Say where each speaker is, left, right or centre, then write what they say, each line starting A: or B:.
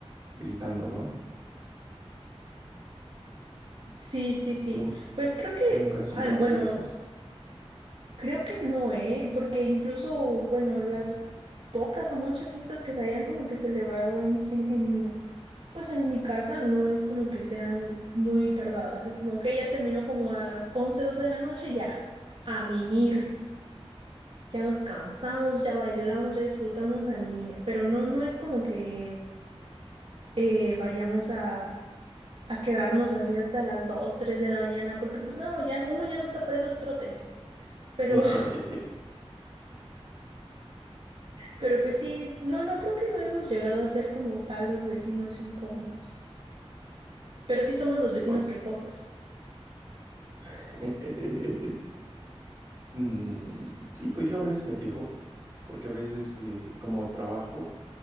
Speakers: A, on the right; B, on the right.
A: gritando, ¿no?
B: Sí, sí, sí.
A: ¿Tú,
B: Pues creo que,
A: tú nunca has sido
B: ah, bueno,
A: así de esos?
B: Creo que no, ¿eh? Porque incluso, bueno, las pocas o muchas fiestas que se hayan como que celebrado en, en, en, pues en mi casa no es como que sean muy tardadas. Es como que ya terminó como a las 11 12 de la noche, ya, a mimir. Ya nos cansamos, ya bailamos, ya disfrutamos a mimir. Pero no, no es como que eh, vayamos a, a quedarnos así hasta las 2 3 de la mañana, porque pues no, ya uno ya no está para esos trotes. Pero...
A: <laughs>
B: <laughs> Pero pues sí, no, no, creo que no hemos llegado a ser como tal los vecinos incómodos. Pero sí somos los vecinos
A: Por-
B: quejosos.
A: <laughs> Mm, sí, pues yo a veces me quejo, porque a veces eh, como trabajo